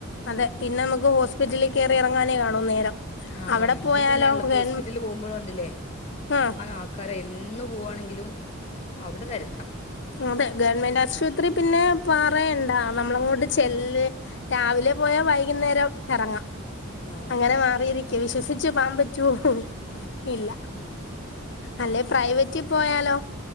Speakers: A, on the left (about 55°); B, on the left (about 30°).
A: അതെ പിന്നെ നമുക്ക് ഹോസ്പിറ്റലിൽ കയറി ഇറങ്ങാനേ കാണൂ നേരം
B: ആ
A: അവിടെ
B: ഇന്ന്
A: പോയാലോ
B: തന്നെയണള്ളപ്പോ
A: ഗവൺ
B: ഹോസ്പിറ്റലിൽ പോകുമ്പോഴ ഉണ്ടല്ലേ
A: ആഹ്
B: ആൾക്കാരെ എന്ന് പോവാണെങ്കിലും അവിടെ തെരക്ക.
A: അതെ ഗവൺമെന്റ് ആശുപത്രി പിന്നെ പാറയണ്ടാ നമ്മളങ്ങോട്ട് ചെല്ല്
B: ആ
A: രാവിലെ പോയാ വൈകുന്നേരം എറങ്ങാ.
B: ആ
A: അങ്ങനെ
B: ആ.
A: മാറിയിരിക്ക വിശ്വസിച്ചു പോവാൻ പറ്റുവോ ഇല്ല.
B: <unintelligible>
A: അല്ലെ പ്രൈവറ്റിൽ പോയാലോ